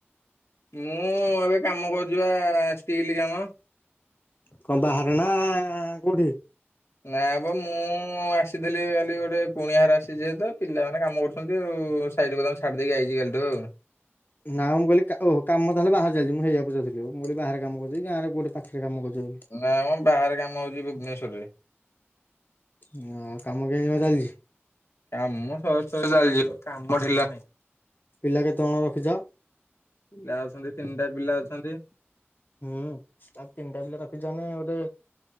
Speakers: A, on the left; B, on the left.
A: ମୁଁ ଏବେ କାମ କରୁଛି ବା ଷ୍ଟିଲ କାମ।
B: କଣ ବାହାରେ ନା କୋଉଠି?
A: ନା ବା ମୁଁ ଆସିଥିଲି କାଲି ଗୋଟେ କୁଣିଆଘର ଆସିଛି ଯେହେତୁ ପିଲାମାନେ କାମ କରୁଛନ୍ତି ଆଉ। ସାଇଡ ବାଲାଙ୍କୁ ଛାଡି ଦେଇକି ଆଇଛି କାଲିଠୁ ଆଉ।
B: ନାଁ ମୁଁ କହିଲି ଓହୋ କାମ ତାହେଲେ ବାହାରେ ଚାଲିଛି ମୁଁ ହେଇଆକୁ ପଚାରୁଥିଲି ମୁ କହିଲି ବାହାରେ କାମ କରୁଛ କି ଗାଁରେ କୋଉଠି। ପାଖରେ କାମ କରୁଛ ବୋଲି।
A: ନାାଇ ଆମ ବାହାରେ କାମ ହଉଛି ଭୁବନେଶ୍ୱରରେ।
B: ହ କାମ କେମତି କଣ ଚାଲିଛି?
A: କାମ ସହେ ସହେରେ ଚାଲିଛି ମ କାମ ଢିଲା ନାଇଁ।
B: ପିଲା କେତେ କଣ ରଖିଛ?
A: ପିଲା ଅଛନ୍ତି ତିନିଟା ପିଲା ଅଛନ୍ତି।
B: ହୁଁ ଆଉ ତିନିଟା ପିଲା ରଖିଛନା ଗୋଟେ।